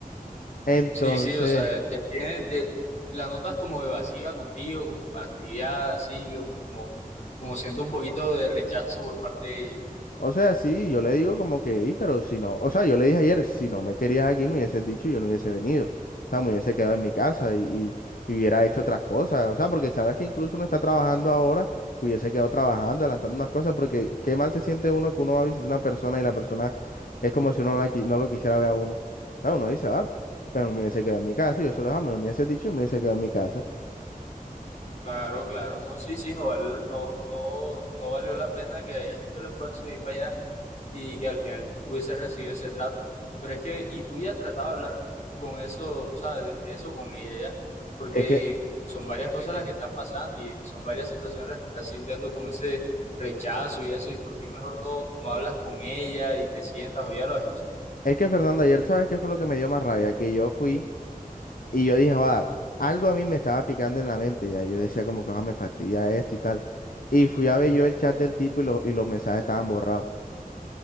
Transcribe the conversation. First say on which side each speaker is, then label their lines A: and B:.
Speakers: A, on the left; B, on the left.
A: Entonces,
B: Sí, sí, o sea, ya tiene, te- la notas como evasiva contigo, como fastidiada, así, como, como, como siento un poquito de rechazo por parte de ella.
A: O sea, sí, yo le digo como que, "Ey, pero si no, o sea, yo le dije ayer, si no me querías aquí, me hubieses dicho y yo no hubiese venido. O sea, me hubiese quedado en mi casa y, y, y hubiera hecho otras cosas. O sea, porque sabes que incluso uno está trabajando ahora, hubiese quedado trabajando, adelantando unas cosas, porque qué mal se siente uno que uno va a visitar a una persona y la persona es como si uno no, la qui- no lo quisiera ver a uno. O sea, uno dice, ah, pero me hubiese quedado en mi casa, y yo se lo dije, "Ah, mejor me hubiese dicho y me hubiese quedado en mi casa.
B: Claro, claro, no, sí, sí, no, vale- no, no, no valió la pena que hayas hecho el esfuerzo de ir para allá. y que al final hubiese recibido ese trato. Pero es que, y tú ya has tratado de hablar con eso, o sea, de, de eso con ella ya, porque
A: Es que,
B: son varias cosas las que están pasando y son varias situaciones las que estás sintiendo como ese rechazo y eso, y por qué mejor no, no hablas con ella y te sientas o ya lo has hecho.
A: es que Fernando, ayer, ¿sabes qué fue lo que me dio más rabia? Que yo fui. Y yo dije, va, algo a mí me estaba picando en la mente, ya yo decía como que "Joda, me fastidia esto y tal. Y fui a ver yo el chat del tipo y, los y los mensajes estaban borrados.